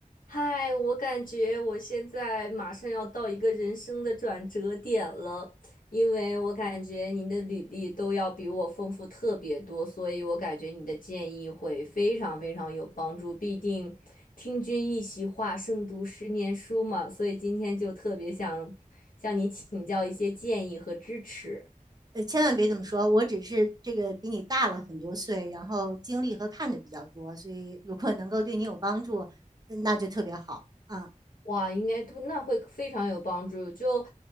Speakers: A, on the left (about 85°); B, on the right (about 30°).
A: 嗨，我感觉我现在马上要到一个人生的转折点了，因为我感觉您的履历都要比我丰富特别多，所以我感觉你的建议会非常非常有帮助。毕竟听君一席话，胜读十年书嘛，所以今天就特别想向您请教一些建议和支持。
B: 呃，千万别这么说，我只是这个比你大了很多岁，然后经历和看的比较多，所以如果能够对你有帮助，呃那就特别好啊。
A: 哇，应该都那会非常有帮助。就